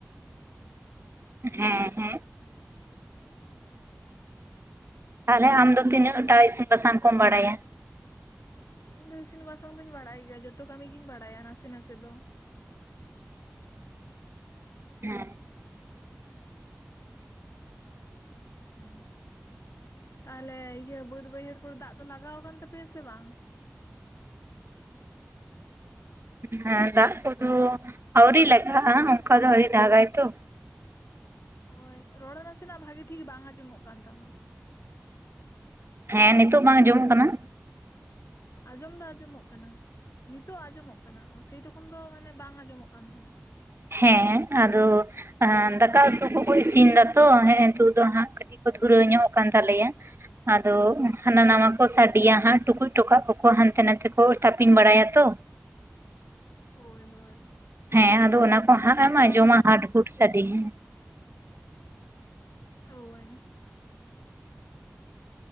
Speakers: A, on the right; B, on the left.
A: ᱦᱮᱸ ᱦᱮᱸ ᱾ ᱛᱟᱦᱞᱮ ᱟᱢ ᱫᱚ ᱛᱤᱱᱟᱹᱜ ᱴᱟᱜ ᱤᱥᱤᱱ ᱵᱟᱥᱟᱝ ᱠᱚᱢ ᱵᱟᱲᱟᱭᱟ?
B: ᱤᱧ ᱫᱚ ᱤᱥᱤᱱ ᱵᱟᱥᱟᱝ ᱫᱩᱧ ᱵᱟᱲᱟᱭ ᱜᱮᱭᱟ ᱡᱷᱚᱛᱚ ᱠᱟᱹᱢᱤ ᱜᱤᱧ ᱵᱟᱲᱟᱭᱟ ᱱᱟᱥᱮ ᱱᱟᱥᱮ ᱫᱚ ᱾
A: ᱦᱮᱸ ᱾
B: ᱩᱸ ᱛᱟᱦᱞᱮ ᱤᱭᱟᱹ ᱵᱟᱹᱫ ᱵᱟᱹᱭᱦᱟᱹᱲ ᱠᱚᱨᱮ ᱫᱟᱜ ᱫᱚ ᱞᱟᱜᱟᱣ ᱠᱟᱱ ᱛᱟᱯᱮᱭᱟ ᱥᱮ ᱵᱟᱝ?
A: ᱦᱮᱸ ᱫᱟᱜ ᱠᱚ ᱫᱚ ᱟᱣᱨᱤ ᱞᱟᱜᱟᱜᱼᱟ ᱚᱱᱠᱟ ᱫᱚ ᱟᱣᱨᱤ ᱫᱟᱜᱟᱭ ᱛᱚ ᱾
B: ᱦᱳᱭ ᱨᱚᱲ ᱱᱟᱥᱮᱱᱟᱜ ᱵᱷᱟᱜᱤ ᱴᱷᱤᱠ ᱵᱟᱝ ᱟᱸᱡᱚᱢᱚᱜ ᱠᱟᱱ ᱛᱟᱢᱟ ᱾
A: ᱦᱮᱸ, ᱱᱤᱛᱚᱜ ᱵᱟᱝ ᱟᱸᱡᱚᱢᱚᱜ ᱠᱟᱱᱟ?
B: ᱟᱸᱡᱚᱢ ᱫᱚ ᱟᱸᱡᱚᱢᱚᱜ ᱠᱟᱱᱟ ᱾ ᱱᱤᱛᱚᱜ ᱟᱸᱡᱚᱢᱚᱜ ᱠᱟᱱᱟ ᱥᱮᱭ ᱛᱚᱠᱷᱚᱱ ᱫᱚ ᱢᱟᱱᱮ ᱵᱟᱝ ᱟᱸᱡᱚᱢᱚᱜ ᱠᱟᱱ ᱛᱟᱦᱮᱸᱱᱟ ᱾
A: ᱦᱮᱸ ᱟᱫᱚ ᱫᱟᱠᱟ ᱩᱛᱩ ᱠᱚ ᱠᱚ ᱤᱥᱤᱱ ᱫᱟᱛᱚ <unintelligible> ᱛᱳᱜ ᱫᱚ ᱦᱟᱸᱜ <unintelligible> ᱠᱚ ᱫᱷᱩᱨᱟᱹᱣ ᱧᱚᱜ ᱠᱟᱱ ᱛᱟᱞᱮᱭᱟ ᱟᱫᱚ ᱦᱟᱱᱟ ᱱᱟᱣᱟ ᱠᱚ ᱥᱟᱰᱮᱭᱟ ᱦᱟᱸᱜ ᱴᱩᱠᱩᱡ ᱴᱚᱠᱟᱜ ᱠᱚᱠᱚ ᱦᱟᱱᱛᱮ ᱱᱟᱛᱮ ᱠᱚ ᱛᱟᱯᱤᱝ ᱵᱟᱲᱟᱭᱟ ᱛᱚ
B: ᱦᱳᱭ ᱦᱳᱭ
A: ᱦᱮᱸ ᱟᱫᱚ ᱚᱱᱟ ᱠᱚ ᱦᱟᱸᱜ ᱮᱢ
B: ᱚᱱᱟ
A: ᱟᱡᱚᱢᱟ
B: ᱦᱚᱸ ᱠᱟᱱᱟ
A: ᱦᱟᱰ ᱦᱩᱰ ᱥᱟᱰᱮ ᱦᱮᱸ
B: ᱦᱳᱭ